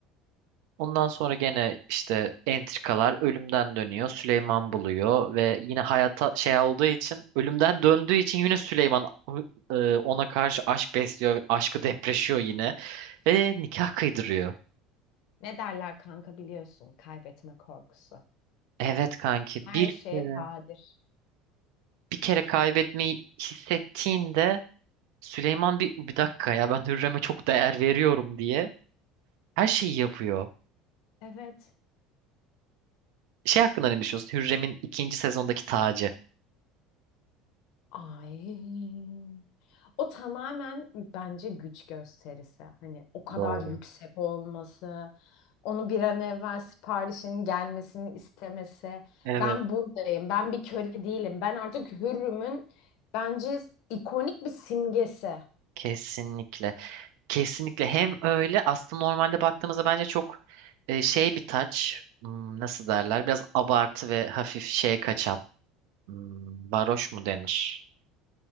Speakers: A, on the right (about 70°); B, on the left (about 60°).
A: Ondan sonra gene işte entrikalar ölümden dönüyor. Süleyman buluyor ve yine hayata şey olduğu için ölümden döndüğü için yine Süleyman e, ona karşı aşk besliyor. Aşkı depreşiyor yine ve nikah kıydırıyor.
B: Ne derler kanka biliyorsun kaybetme korkusu.
A: Evet kanki
B: Her
A: bir
B: şeye
A: Evet.
B: kadir.
A: bir kere kaybetmeyi hissettiğinde Süleyman bir, bir dakika ya ben Hürrem'e çok değer veriyorum diye her şeyi yapıyor.
B: Evet.
A: Şey hakkında ne düşünüyorsun? Hürrem'in ikinci sezondaki tacı.
B: Ay. O tamamen bence güç gösterisi. Hani o kadar
A: Doğru.
B: yüksek olması, onu bir an evvel siparişin gelmesini istemesi.
A: Evet.
B: Ben buradayım, ben bir köle değilim. Ben artık hürrümün bence ikonik bir simgesi.
A: Kesinlikle. Kesinlikle hem öyle aslında normalde baktığımızda bence çok e, şey bir taç Hmm, nasıl derler biraz abartı ve hafif şeye kaçan Hmm, baroş mu denir?